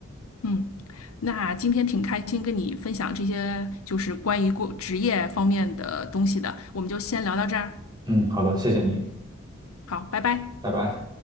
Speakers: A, on the left (about 80°); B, on the right (about 20°).
A: 嗯，那今天挺开心跟你分享这些，就是关于过职业方面的东西的，我们就先聊到这儿。
B: 嗯，好的，谢谢你，
A: 好，拜拜。
B: 拜拜。